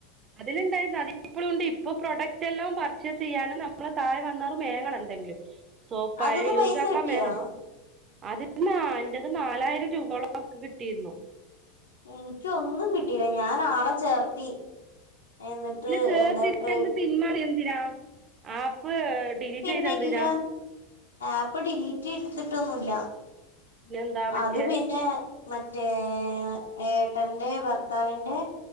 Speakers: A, on the right (about 30°); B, on the left (about 80°).
A: അതിലുണ്ടായിരുന്നു അതി ഇപ്പളും ഇണ്ട് ഇപ്പൊ പ്രൊഡക്റ്റ് എല്ലാം പർച്ചേസ് ചെയ്യാനും നമ്മള് താഴെ വന്നാലും മേങ്ങണം എന്തെങ്കിലും സോപ്പായി
B: അതിന്ന്
A: യൂസ്
B: പൈസ
A: ആക്കാൻ
B: കിട്ടിയോ
A: വേങ്ങണം. അതിന്ന് ആഹ് എന്റെത് നാലായിരം രൂപയോളം ഇക്ക് കിട്ടിയിരുന്നു.
B: ഇനിക്ക് ഒന്നും കിട്ടില്ല ഞാൻ ആളെ ചേർത്തി. എന്നിട്ട്
A: പിന്നെ ചേർത്തിയേന്ന്
B: എന്താ ട്രേ
A: പിന്മറിയെന്തിനാ ആപ്പ് ഡിലീറ്റ്
B: പിന്നെ
A: ചെയ്ത് എന്തിനാ
B: ഇല്ല ആപ്പ് ഡിലീറ്റ് ചെയ്തിട്ടൊന്നുല്ല.
A: പിന്നെ എന്താ പറ്റിയ
B: അത് പിന്നെ മറ്റേ ഏട്ടന്റെ ഭർത്താവിന്റെ